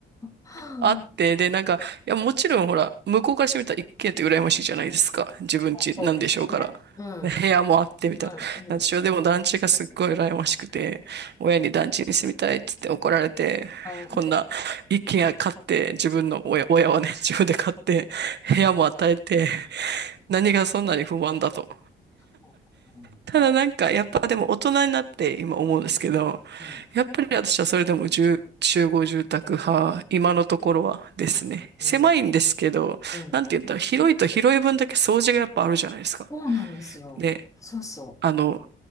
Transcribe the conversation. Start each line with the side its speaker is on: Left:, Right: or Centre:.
Left: <laughs>
Right: あって、で、なんか、いや、もちろんほら、向こうからしてみたら一軒家って羨ましいじゃないですか。自分家なんでしょうから。
Left: そうですよね。うん。
Right: で部屋もあってみたいな。
Left: うん。うん。
Right: なんでしょう。でも団地がすっごい羨ましくて、親に団地に住みたいっつって怒られて、
Left: うん。
Right: こんな一軒家買って、
Left: うん
Right: 自分の親、親はね、自分で買って、部屋も与えて、何がそんなに不満だと。
Left: そうかな
Right: ただなんか、やっぱでも大人になって今思うんですけど、
Left: うん。
Right: やっぱり私はそれでも住集合住宅派、今のところはですね。
Left: うん。
Right: 狭いんですけど、
Left: うん
Right: なんて言ったら広いと広い分だけ掃除がやっぱあるじゃないですか。
Left: そうなんですよ。
Right: で、
Left: そうそ
Right: あの、